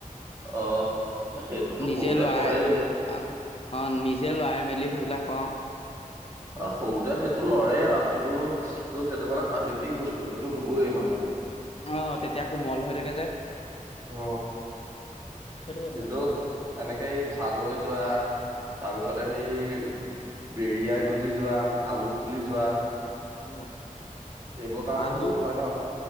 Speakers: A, on the right (about 20°); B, on the left (about 45°).
A: অ এ সেইটোতো
B: নিজে
A: সৰুতে
B: লৰাই
A: সৰেই
B: অ নিজে লৰাই মেলি, লখ অ
A: অ সৰুতে সেইটো লৰেই আৰু সেইটো সেইটো মানে প্ৰাকৃতিক বস্তু সেইটো হবই মানুহৰ
B: আহ তেতিয়া কোমল হৈ থাকে যে
A: অ
B: সেইটো কথা।
A: কিন্তু এনেকেই খাল হৈ যোৱা তাৰপিছতে সেই বেৰিয়াই গজি যোৱা আলু ফুলি যোৱা
B: অ।
A: এইবোৰ কাৰণতো
B: আলু
A: হয় ন